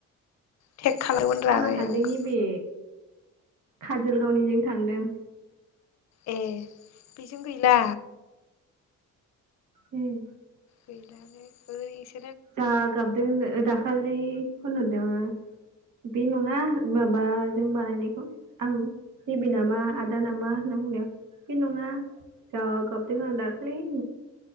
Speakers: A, on the left; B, on the right.
A: थेक खालामदोंमोनरा
B: आंहा
A: बे
B: सानदों
A: आंखौ।
B: नैबे काजोलगावनिजों थांदों।
A: ए बेजों गैला।
B: उम।
A: गैलानो ओइस
B: जा गाबदो होनदो ओ दाख खालि होनहद दोमोन। बे नङा हो मा बाजों बानायनायखौ आं नैबे नामा आदा नामा होनना बुंनायाव बे नङा जा गाबदों आं दाख्लै <unintelligible>